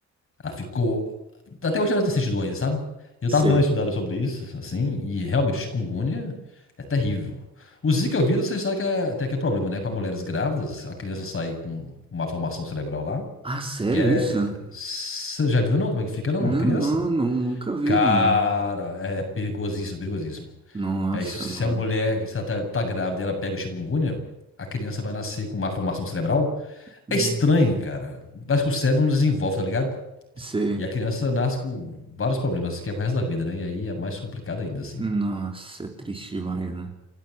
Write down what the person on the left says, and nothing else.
Ela ficou. Até hoje ela tem esse estudou ainda, sabe? Eu
tava dando uma estudada sobre isso, assim, e realmente o chikungunya é terrível. O Zika vírus, vocês sabem que é, tem aquele problema, né? Para mulheres grávidas, a criança sai com uma formação cerebral lá,
que é.
Você já viu, não? Como é que fica, não?
A criança?
Cara,
é perigosíssimo, perigosíssimo.
É isso. Se
a mulher, se ela tá, tá grávida e ela pega o chikungunya, a criança vai nascer com uma formação cerebral.
É estranho, cara. Parece que o cérebro não desenvolve, tá ligado?
E a criança nasce com vários problemas, que é pro resto da vida, né? E aí é mais complicado ainda, assim.